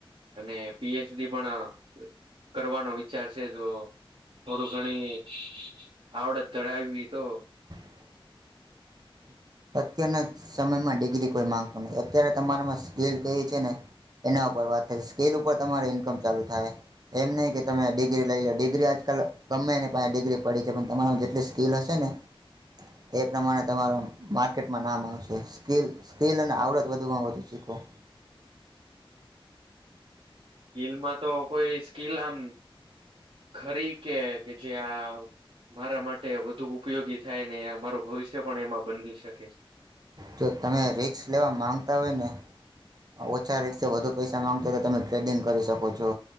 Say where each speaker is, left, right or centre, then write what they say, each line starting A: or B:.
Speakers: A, on the right; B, on the right.
A: અને પીએચડી પણ કરવાનો વિચાર છે જો થોડું ઘણી આવડત ધરાવીવી તો
B: <inaudible> અત્યના સમયમાં ડિગ્રી કોઈ માંગતું નહી અત્યારે તમારામાં સિકલ કેવી છે ને એના ઉપર વાત થ સ્કેલ ઉપર તમારી ઇન્કમ ચાલુ થાય એમ નહી કે તમે ડિગ્રી લઈ લો ડિગ્રી જ આજકાલ ગમે ને પા ડિગ્રી પડી છે પણ તમારામા જેટલી સ્કીિલ હશે ને એ પ્રમાણે તમારો માર્કેટમાં નામ આવશે સ્કિલ સ્કિલ અને આવડત વધુમાં વધુ શીખો <inaudible>
A: સ્કીલમાં તો કોઈ સ્કીલ આમ ખરી કે કે જે આ મારા માટે વધુ ઉપયોગી થાય ને મારું ભવિષ્ય પણ એમાં બની શકે
B: જો તમે રિક્સ લેવા માંગતા હોય ને ઓછા રીસે વધુ પૈસા માંગતા તો તમે, ટ્રેડિંગ કરી શકો છો